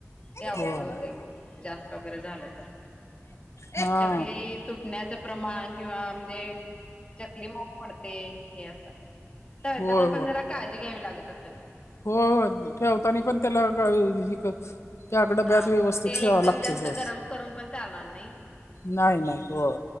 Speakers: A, on the left; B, on the left.
A: ते अवघड
B: होय होय
A: होतंय मग जास्त वगैरे झालं तर
B: हा
A: मग चकली. तुटण्याचं प्रमाण किंवा म्हणजे चकली मऊ पडते हे असं. तळताना
B: होय
A: पण जरा काळजी घ्यावी लागत असेल?
B: हो हो ठेवताना पण त्याला काय ही त्याकड
A: हा
B: ब्याच व्यवस्थित
A: हा तेल
B: ठेवावं
A: एकदम
B: लागतंय
A: जास्त
B: हो,
A: गरम करून पण चालणार नाही
B: नाही नाही हो.